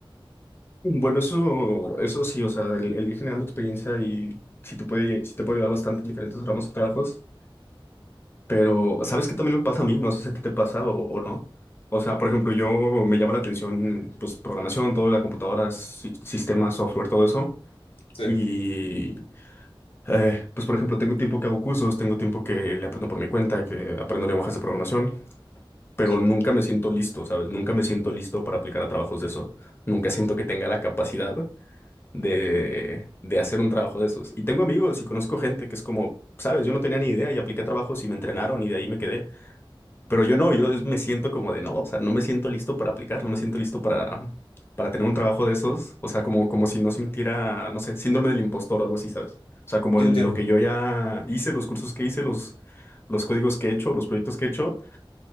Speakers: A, on the left; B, on the left.
A: Bueno, eso, eso sí, o sea, el, el ir generando experiencia y si te puede, sí te puede dar bastante diferentes ramos de trabajos, pero ¿sabes qué también me pasa a mí? No sé si a ti te pasa o, o no. O sea, por ejemplo, yo me llama la atención, pues, programación, todo, la computadora, si- sistemas, software, todo eso.
B: Sí,
A: Y, eh, pues, por ejemplo, tengo tiempo que hago cursos, tengo tiempo que le aprendo por mi cuenta, que aprendo lenguajes de programación, pero
B: sí,
A: nunca me siento listo, ¿sabes? Nunca me siento listo para aplicar a trabajos de eso. Nunca siento que tenga la capacidad de, de hacer un trabajo de esos. Y tengo amigos y conozco gente que es como, sabes, yo no tenía ni idea y apliqué trabajos y me entrenaron y de ahí me quedé. Pero yo no, yo me siento como de no, o sea, no me siento listo para aplicar, no me siento listo para, para tener un trabajo de esos. O sea, como, como si no sintiera, no sé, síndrome del impostor o algo así, ¿sabes? O sea, como
B: yo
A: lo
B: entiendo.
A: que yo ya hice, los cursos que hice, los, los códigos que he hecho, los proyectos que he hecho.